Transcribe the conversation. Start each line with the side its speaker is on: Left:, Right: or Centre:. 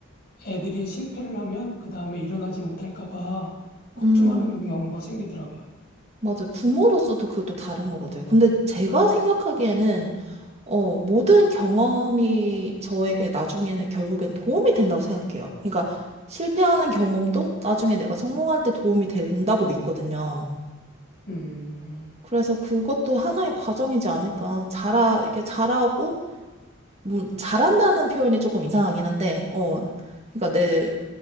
Left: 애들이 실패를 하면 그 다음에 일어나지 못할까 봐 걱정하는
Right: 음,
Left: 경우가 생기더라고요.
Right: 맞아요. 부모로서도 그것도 다른 것 같아요. 근데 제가 생각하기에는 어, 모든 경험이 저에게 나중에는 결국엔 도움이 된다고 생각해요. 그러니까 실패하는 경험도 나중에 내가 성공할 때 도움이 된다고 믿거든요.
Left: 음,
Right: 그래서 그것도 하나의 과정이지 않을까. 자라, 이렇게 잘하고, 음, 잘한다는 표현이 조금 이상하긴 한데, 어, 그러니까 내,